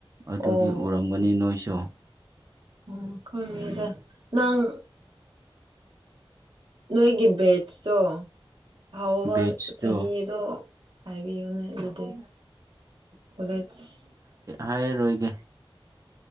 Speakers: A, on the right (about 35°); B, on the right (about 65°).
A: ꯑꯗꯨꯗꯤ
B: ꯑꯣ
A: ꯎꯔꯝꯒꯅꯤ ꯅꯣꯏꯁꯨ
B: ꯎꯝ ꯈꯪꯉꯤꯗ ꯅꯪ ꯅꯣꯏꯒꯤ ꯕꯦꯠꯁꯇꯣ ꯍꯧꯎꯕ
A: ꯕꯦꯠꯁꯇꯣ
B: ꯆꯍꯤꯗꯣ ꯍꯥꯏꯕꯤꯌꯨꯅꯦ ꯑꯗꯨꯗꯤ ꯀꯣꯂꯦꯖ
A: ꯍꯥꯏꯔꯣꯏꯒꯦ